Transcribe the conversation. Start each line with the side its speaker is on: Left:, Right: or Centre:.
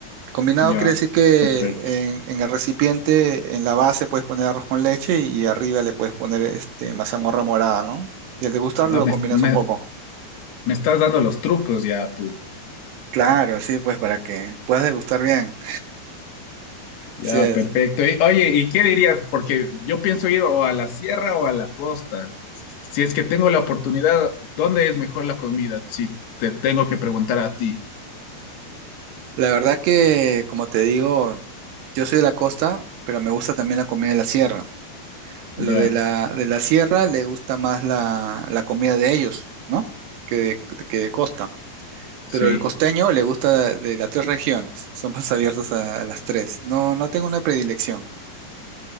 Right: Combinado
Left: Ya,
Right: quiere decir que
Left: perfecto.
Right: en, en el recipiente, en la base, puedes poner arroz con leche y arriba le puedes poner este, mazamorra morada, ¿no? Y al degustarlo
Left: Ah,
Right: lo
Left: me,
Right: combinas
Left: me-
Right: un poco.
Left: Me estás dando los trucos ya tú.
Right: Claro, sí, pues para que puedas degustar bien.
Left: Ya,
Right: Sí es.
Left: perfecto. Y, oye, ¿y qué dirías? Porque yo pienso ir o a la sierra o a la costa. Si es que tengo la oportunidad, ¿dónde es mejor la comida? Si te tengo que preguntar a ti.
Right: La verdad que, como te digo, yo soy de la costa, pero me gusta también la comida de la sierra. Lo
Left: Ya,
Right: de la, de la sierra le gusta más la, la comida de ellos, ¿no? Que de, que de costa.
Left: sí,
Right: Pero el costeño le gusta de las tres regiones, son más abiertos a, a las tres. No, no tengo una predilección.